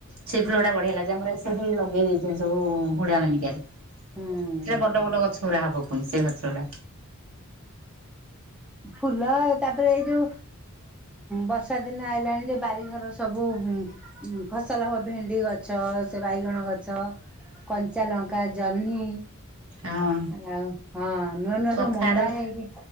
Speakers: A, on the right; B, in the centre.
A: ସେଇ ଫୁଲ ଟା ବଢିଆଲାଗେ ଯେ ଆମର ଏଇଠି ଲଗେଇ ଦେଇଚି ସବୁ ହୁଡା ମାନିକିଆରେ।
B: ହୁଁ।
A: ଏରା ବଡ ବଡ ଗଛ ଗୁଡା ହବ ପୁଣି ସେ ଗଛ ଗୁଡା।
B: ଫୁଲ ତାପରେ ଏ ଯୋଉ ବର୍ଷା ଦିନ ଆଇଲାଣି ଯେ ବାରିଘର ସବୁ ଉଁ ଫସଲ ହବ ଭେଣ୍ଡି ଗଛ ସେ ବାଇଗଣ ଗଛ। କଞ୍ଚା ଲଙ୍କା ଜହ୍ନି
A: ହଁ
B: ଆଉ ହଁ ନୂଆ ନୂଆ
A: କଖାରୁ
B: ସବୁ ମନ୍ଦା ହେଇକି